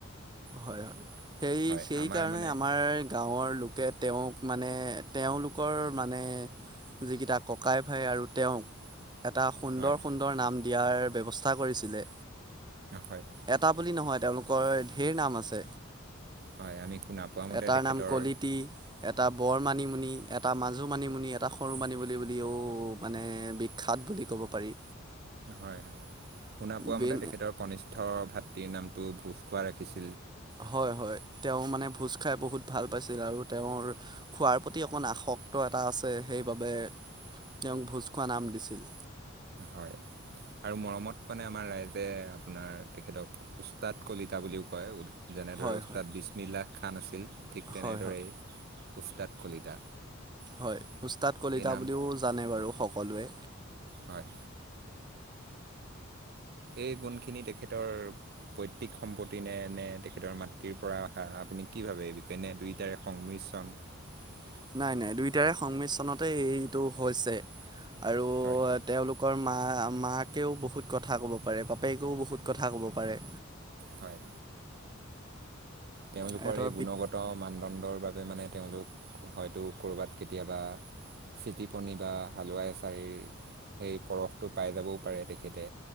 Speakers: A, on the right (about 20°); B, on the right (about 50°).
A: হয় হয়, সেই
B: হয়
A: সেইকাৰণে
B: আমাৰ মানে
A: আমাৰ গাঁৱৰ লোকে তেওঁক মানে তেওঁলোকৰ মানে যিকেইটা ককাই ভাই আৰু তেওঁক এটা সুন্দৰ
B: হয়
A: সুন্দৰ নাম দিয়াৰ ব্যৱস্থা কৰিছিলে।
B: হয়
A: এটা বুলি নহয় তেওঁলোকৰ ঢেৰ নাম আছে।
B: হয় আমি শুনা পোৱা মতে
A: এটাৰ
B: তেখেতৰ
A: নাম কলতি, এটা বৰ মণিমুনি, এটা ম- কাজু মানিমুনি, এটা সৰু মানিম বুলি বুলিও মানে বিখ্যাত বুলি ক'ব পাৰি।
B: হয়, হয়। শুনা পোৱা
A: বিন
B: মতে তেখেতৰ কনিষ্ঠ ভাতৃৰ নামটো ভোজ খোৱা ৰাখিছ-
A: হয় হয় তেওঁ মানে ভোজ খাই বহুত ভাল পাইছিল আৰু তেওঁৰ খোৱাৰ প্ৰতি অকণ আসক্ত এটা আছে সেইবাবে তেওঁক ভোজ খোৱা নাম দিছিল।
B: হয় আৰু মৰমত মানে আমাৰ ৰাইজে, আপোনাৰ তেখেতক উস্তাদ কলিতা বুলিও কয়। উ যেনেদৰে
A: হয়
B: ওস্তাদ
A: হয়
B: বিছমিল্লা খান আছিল ঠিক তেনেদৰেই
A: হয় হয়
B: উস্তাদ কলিতা
A: হয়। উস্তাদ কলিতা
B: এই নাম
A: বুলিও জানে বাৰু সকলোৱে।
B: হয়। এই গুণখিনি তেখেতৰ পৈতৃক সম্পত্তি নে, নে তেখেতৰ মাতৃৰ পৰা অহা আপুনি কি ভাবে এই বিষয়ে নে দুইটাৰে সংমিশ্ৰণ
A: <inaudible> নাই নাই দুইটাৰে সংমিশ্ৰণতে এইটো হৈছে আৰু
B: হয়
A: তেওঁলোকৰ মা মাকেও বহুত কথা ক'ব পাৰে বাপেকেও বহুত কথা কব পাৰে।
B: হয় তেওঁলোকৰ
A: ইহঁতৰ
B: এই
A: পিত
B: গুণগত মানদণ্ডৰ বাব- বাবে মানে তেওঁলোক হয়তো কৰবাত কেতিয়াবা চিটি পনি বা হালোৱাই এছাৰিৰ সেই পৰফটো পাই যাবও পাৰে তেখেতে